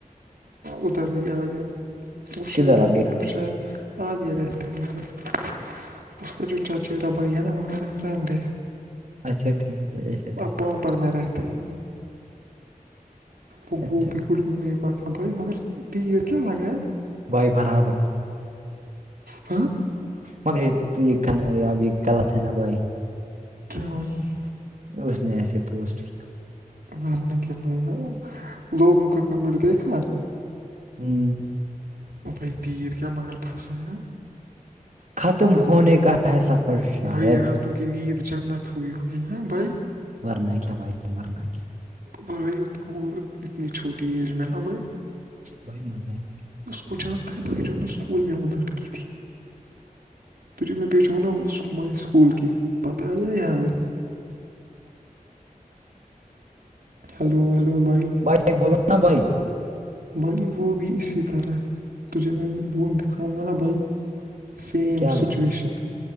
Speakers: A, on the right; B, on the right.
A: ادھر ہی آگے وہ شاید
B: کدھر آگے
A: موہ نے پ شاید <unintelligible> آگے رہتے ہیں کر اس کا جو چاچہا بھیا نا وہمییرا فرنڈ ہے
B: اچھا ٹھیک ہے اچھاٹھیک
A: پام پر میں رہتے ہیں وہ
B: اچھا ٹھیک
A: پ مگر تیر کیا لگاے ہے <unintelligible>
B: بائے برابر
A: ہاں <inaudible>
B: مگر یہ تو یہ اب یہ غلط ہے نا بھائی
A: دوری <unintelligible>
B: اس نے ایسے پوسٹ کیا
A: مارنے کے ب ہاں لوگوں کا کمٹ دیکھا
B: ہوں <inaudible>
A: اب تت کیا مگر پھسں
B: ختم
A: راتوں
B: ہونے کا ہے سفر شاید
A: بھائی راتوں کی نینید جنت ہوئی ہوگ ہاں بھائی
B: مرن کیا بھ مرنا ہے کیا
A: برت ا ات چھوٹی ایج میں ہ ب <unintelligible>
B: بی مزہ ہے بھائی <unintelligible>
A: کچ جانت بائیج نہ س اسکول میں وہ لڑکی تھی ت م میں بی چوانا اس سکول کیی پتہ آیایا یار ہلو ہلو بھائی
B: بائی بولوا بھائی <unintelligible>
A: بھائی وہ بھی اسی طرح تجھے میں وہ دکھاؤں گا نا بھائی سیم
B: کیا بھائی
A: سچویشن